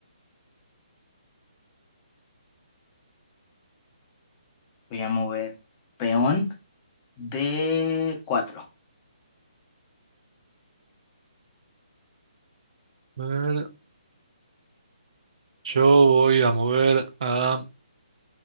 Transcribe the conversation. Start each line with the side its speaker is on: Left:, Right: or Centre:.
Left: voy a mover peón de cuatro
Right: A ver, yo voy a mover a...